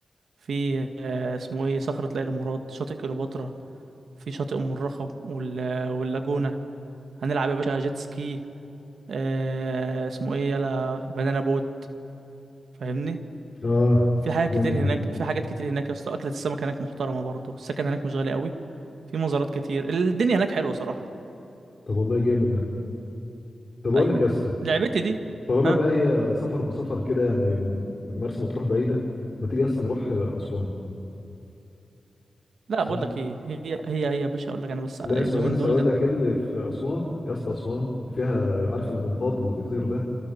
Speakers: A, on the right; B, on the left.
A: في آه، اسمه ايه صخرة ليلى مراد شاطئ كليوباترا في شاطئ أم الرخم وال- واللاجونة هنلعب يا باشا جيت سكي آه، اسمه ايه يلا بنانا بوت فاهمني
B: اه
A: في حاجات
B: جامد
A: كتير هناك
B: ده
A: في حاجات كتير هناك يا اسطى أكلة السمك هناك محترمة برضه السكن هناك مش غالي قوي في مزارات كتير الدنيا هناك حلوة صراحة
B: طب والله جامد ده طب اقول
A: ايوه
B: لك يا اسطى
A: لعبتي دي
B: طالما
A: ها
B: بقى هي سفر بسفر كده يعني مرسى مطروح بعيده ما تيجي اصلا نروح اسوان
A: لا
B: اسمع
A: بقول لك ايه هي هي هي يا باشا اقول لك انا بس اليومين
B: لا اسمع بس
A: دول
B: اقول
A: نت...
B: لك ايه اللي في اسوان يا اسطى اسوان فيها عارف المنطاد اللي بيطير ده